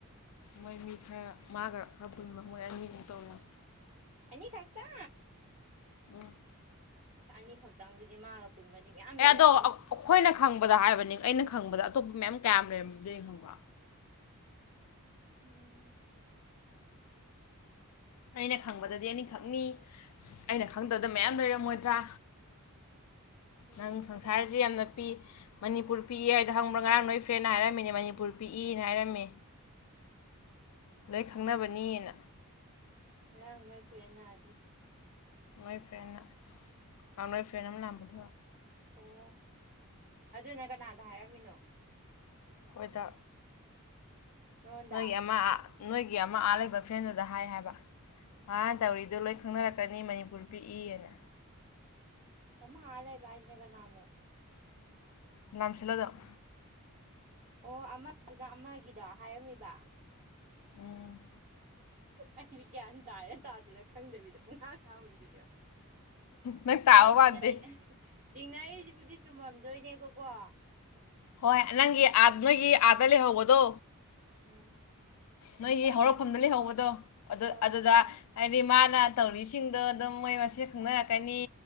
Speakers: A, on the left (about 80°); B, on the right (about 30°).
A: ꯃꯣꯏ ꯃꯤ ꯈꯔ ꯃꯥꯒ ꯈꯔ ꯄꯨꯟꯕ ꯃꯣꯏ ꯑꯅꯤꯒ ꯇꯧꯋꯤ
B: ꯑꯅꯤꯈꯥꯛꯇ
A: ꯎꯝ
B: ꯑꯅꯤꯈꯛꯇꯪꯗꯨꯗꯤ ꯃꯥꯒ ꯄꯨꯟꯕꯗꯤ ꯃꯌꯥꯝ
A: ꯑꯦ
B: ꯂꯩꯔꯝꯅꯤ
A: ꯑꯗꯣ ꯑꯩꯈꯣꯏꯅ ꯈꯪꯕꯗ ꯍꯥꯏꯕꯅꯤ ꯑꯩꯅ ꯈꯪꯕꯗ ꯑꯇꯣꯞꯄ ꯃꯌꯥꯝ ꯀꯌꯥꯝ ꯂꯩꯔꯝꯒꯅꯤꯗꯤ ꯈꯪꯕ꯭ꯔꯥ
B: ꯎꯝ
A: ꯑꯩꯅ ꯈꯪꯕꯗꯗꯤ
B: ꯊꯥꯖꯕ
A: ꯑꯅꯤꯈꯛꯅꯤ
B: ꯇꯥꯕ
A: ꯑꯩꯅ ꯈꯪꯗꯕꯗ ꯃꯌꯥꯝ ꯂꯩꯔꯝꯃꯣꯏꯗ꯭ꯔꯥ
B: ꯂꯩꯔꯝꯅꯤ
A: ꯅꯪ ꯁꯪꯁꯥꯔꯁꯤ
B: ꯂꯩꯔꯝꯅꯤ
A: ꯌꯥꯝꯅ ꯄꯤꯛꯏ ꯃꯅꯤꯄꯨꯔ ꯄꯤꯛꯏ ꯍꯥꯏꯗꯅ ꯈꯪꯕ꯭ꯔꯥ ꯉꯔꯥꯡ ꯅꯣꯏ ꯐ꯭ꯔꯦꯟꯅ ꯍꯥꯏꯔꯝꯃꯤꯅꯦ ꯃꯅꯤꯄꯨꯔ ꯄꯤꯛꯏꯅ ꯍꯥꯏꯔꯝꯃꯦ ꯂꯣꯏ ꯈꯪꯅꯕꯅꯤꯅ
B: ꯎꯝ ꯉꯔꯥꯡ ꯅꯣꯏ ꯐ꯭ꯔꯦꯟ ꯅꯥꯗꯤ
A: ꯅꯣꯏ ꯐ꯭ꯔꯦꯟꯅ ꯅꯣꯏ ꯐ꯭ꯔꯦꯟ ꯑꯃ ꯂꯥꯛꯕꯗꯨ
B: ꯑꯣ ꯑꯗꯨꯅ ꯀꯅꯥꯗ ꯍꯥꯏꯔꯝꯃꯤꯅꯣ
A: ꯑꯩꯈꯣꯏꯗ
B: ꯅꯉꯣꯟꯗ
A: ꯅꯣꯏꯒꯤ ꯑꯃ ꯅꯣꯏꯒꯤ ꯑꯃ ꯑꯥ ꯂꯩꯕ ꯐ꯭ꯔꯦꯟꯗꯨꯗ ꯍꯥꯏ ꯍꯥꯏꯕ ꯍꯥ ꯗꯥꯎꯔꯤꯗꯣ ꯂꯣꯏ ꯈꯪꯅꯔꯛꯀꯅꯤꯅ ꯃꯅꯤꯄꯨꯔ ꯄꯤꯛꯏꯅ
B: ꯑꯃ ꯑꯥ ꯂꯩꯕ ꯍꯥꯢꯁꯤꯅ ꯀꯅꯅꯣ
A: ꯂꯝꯝꯁꯤꯜꯂꯗ <unintelligible>
B: ꯑꯣ ꯑꯃꯗꯨꯅ ꯑꯃꯒꯤꯗꯣ ꯍꯥꯏꯔꯝꯃꯤꯕ
A: ꯎꯝ
B: ꯑꯩ ꯒ꯭ꯌꯥꯟ ꯇꯥꯢꯔ ꯇꯥꯗꯔꯤꯔ ꯈꯪꯗꯕꯤꯗ ꯄꯨꯡꯉꯥꯡ ꯉꯥꯡꯕꯤꯗꯨꯅꯦꯕ
A: ꯅꯪ ꯇꯥꯕ
B: ꯑꯩꯅ ꯆꯤꯡꯅꯔꯤ
A: ꯃꯥꯟꯗꯦ
B: ꯆꯤꯡꯅꯔꯤꯁꯤꯕꯨꯗꯤ ꯆꯨꯝꯃꯝꯗꯣꯏꯅꯦꯕꯀꯣ
A: ꯍꯣꯏ ꯅꯪꯒꯤ ꯅꯣꯏꯒꯤ ꯑꯥꯗ ꯂꯩꯍꯧꯕꯗꯣ
B: ꯎꯝ
A: ꯅꯣꯏꯒꯤ
B: ꯍꯣꯏꯅꯦ
A: ꯍꯧꯔꯛꯐꯝꯗ ꯂꯩꯍꯧꯕꯗꯣ ꯑꯗꯨ
B: ꯍꯣꯏ ꯍꯣꯏ
A: ꯑꯗꯨꯗ
B: ꯍꯣꯏ ꯈꯪꯉꯦ ꯈꯪꯉꯦ
A: ꯍꯥꯏꯗꯤ ꯃꯥꯅ ꯇꯧꯔꯤꯁꯤꯡꯗꯣ ꯑꯗꯨꯝ ꯃꯣꯏ ꯃꯁꯦꯟ ꯈꯪꯅꯔꯛꯀꯅꯤ